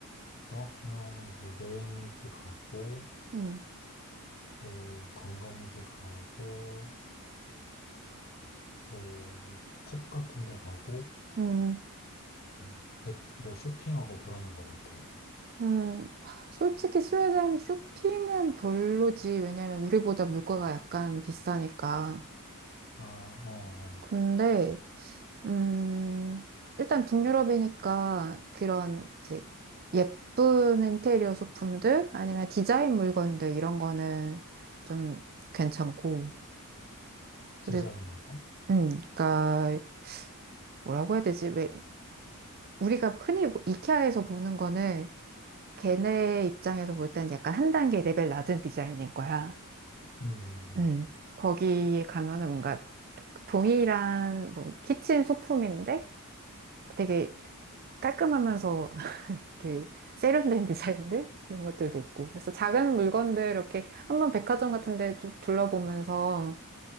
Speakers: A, on the left (about 45°); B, on the right (about 40°).
A: 나 그냥 뭐 여행지 가고,
B: 음,
A: 어, 관광지 가고, 어, 뭐 펍 같은 데 가고,
B: 음,
A: 음, 대- 뭐 쇼핑하고 그러는 것 같아.
B: 음. 솔직히 스웨덴 쇼핑은 별로지. 왜냐면 우리보다 물가가 약간 비싸니까.
A: 아, 어, 어.
B: 근데 음, 일단 북유럽이니까 그런 이제 예쁜 인테리어 소품들 아니면 디자인 물건들 이런 거는 좀 괜찮고
A: 디자인부가?
B: 그리고 음, 그러니까 뭐라고 해야 되지? 왜 우리가 흔히 뭐 이케아에서 보는 거는 걔네 입장에서 볼 때는 약간 한 단계 레벨 낮은 디자인인 거야.
A: 음, 음, 음.
B: 음, 거기에 가면은 뭔가 동일한 뭐 키친 소품인데 되게 깔끔하면서 이렇게 세련된 <laughs> 디자인들 이런 것들도 있고 그래서 작은 물건들 이렇게 한번 백화점 같은 데 쭉 둘러보면서